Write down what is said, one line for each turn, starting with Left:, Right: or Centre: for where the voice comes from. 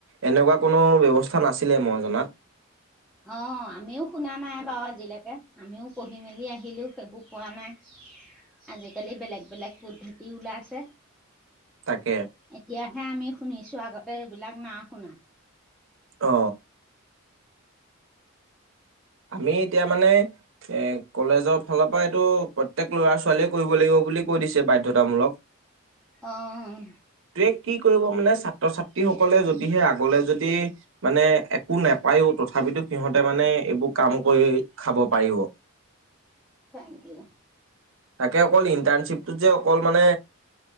Right: এনেকুৱা কোনো ব্যৱস্থা নাছিলে মই জনাত।
Centre: অ আমিও শুনা নাই বাৰু আজিলৈকে আমিও পঢ়ি মেলি আহিলো সেইবোৰ পোৱা নাই আজিকালি বেলেগ বেলেগ পদ্ধতি ওলাইছে।
Right: তাকে
Centre: এতিয়াহে আমি শুনিছো ।আগত ততে এইবিলাক নাই শুনা
Right: অ। আমি এতিয়া মানে এ কলেজৰ ফালৰ পৰা এইটো প্ৰত্যয়েক লৰা ছোৱালীয়ে কৰিব লাগিব বুলি কৈ দিছে বাধ্যতামূলক।
Centre: অঁ
Right: তে কি কৰিব মানে ছাত্ৰ ছাত্ৰীসকলে যদিহে আগলে যদি মানে একো নাপায়ো তথাপিতো সিহঁতে মানে ় কাম কৰি খাব পাৰিব
Centre: থেংক ইউ
Right: তাকে অকল ইনটাৰশ্বিপটো যে মানে